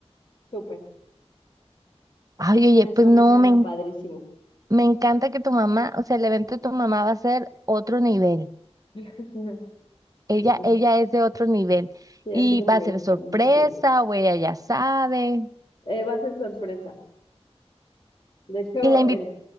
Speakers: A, on the left; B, on the right.
A: Súper,
B: Ay, oye,
A: eso
B: pues
A: me
B: no,
A: suena
B: me, en-
A: padrísimo.
B: me encanta que tu mamá, o sea, el evento de tu mamá va a ser otro nivel.
A: <laughs>
B: Ella,
A: Así,
B: ella es de otro nivel y
A: así como
B: va
A: le
B: a ser
A: gustan
B: sorpresa
A: mis pies.
B: o ella ya sabe.
A: Eh, va a ser sorpresa. De hecho,
B: Y la invita,
A: en-